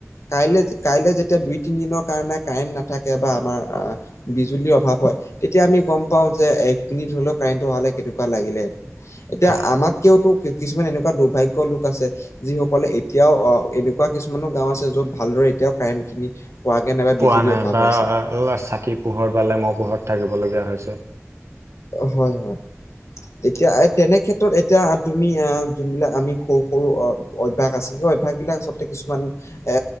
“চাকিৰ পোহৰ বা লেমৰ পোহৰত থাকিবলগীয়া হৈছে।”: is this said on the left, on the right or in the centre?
Right